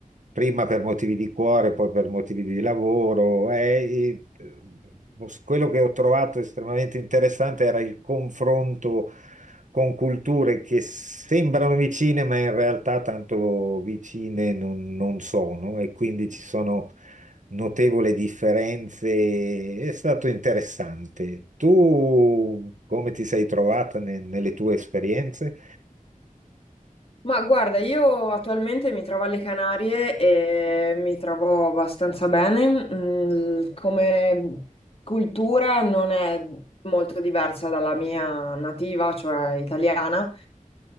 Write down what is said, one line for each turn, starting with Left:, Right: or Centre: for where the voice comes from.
Right: prima per motivi di cuore, poi per motivi di lavoro. e- e- quello che ho trovato estremamente interessante era il confronto con culture che sembrano vicine, ma in realtà tanto vicine non, non sono, e quindi ci sono notevoli differenze. È stato interessante. Tu come ti sei trovata ne- nelle tue esperienze?
Left: ma guarda, io attualmente mi trovo alle Canarie e mi trovo abbastanza bene. Mm, come cultura non è molto diversa dalla mia nativa, cioè italiana,